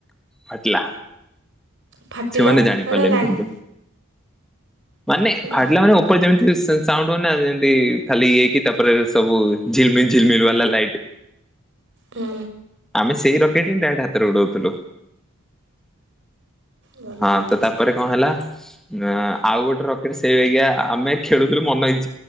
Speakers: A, in the centre; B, on the right.
A: ଫାଟିଲା।
B: ଫାଟିଲା
A: ସେମାନେ ଜାଣିପାରିଲେନି
B: ଏଇଟା ଲାଇନ୍
A: କିନ୍ତୁ।
B: ୱା
A: ମାନେ
B: ହୁଁ
A: ଫାଟିଲା ମାନେ ଉପରେ ଯେମିତି ସେ ସାଉଣ୍ଡ। ହୁଏନା ଯେମତି ଖାଲି ଇଏ ହେଇ କି ତାପରେ ସବୁ ଝିଲ ମିଲ ଝିଲ ମିଲ ବାଲା ଲାଇଟ୍।
B: ହୁଁ।
A: ଆମେ ସେଇ ରକେଟ ହିଁ ଡାଇରେକ୍ଟ ହାତରେ ଉଡଉ ଥିଲୁ
B: ଭଲ
A: ହଁ
B: ଭଲ।
A: ତ ତା। ତାପରେ କଣ ହେଲା ଆଁ ଆଉ ଗୋଟେ ରକେଟ ସେଇ ବାଗିଆ ଆମେ ଖେଳୁଥିଲୁ ମନ ଇଛା ‌।